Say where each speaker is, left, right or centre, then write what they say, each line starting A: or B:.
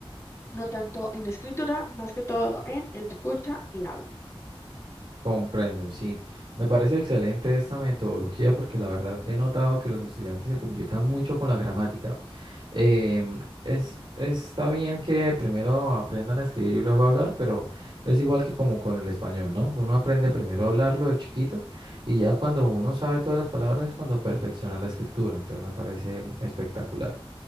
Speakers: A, on the left (about 30°); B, on the right (about 55°).
A: no tanto en escritura, más que todo en escucha y habla.
B: Comprendo, sí. Me parece excelente esta metodología porque la verdad he notado que los estudiantes se complican mucho con la gramática. Em, es, está bien que primero aprendan a escribir y luego a hablar, pero es igual que como con el español, ¿no? Uno aprende primero a hablarlo de chiquito y ya cuando uno sabe todas las palabras es cuando perfecciona la escritura. Entonces me parece espectacular.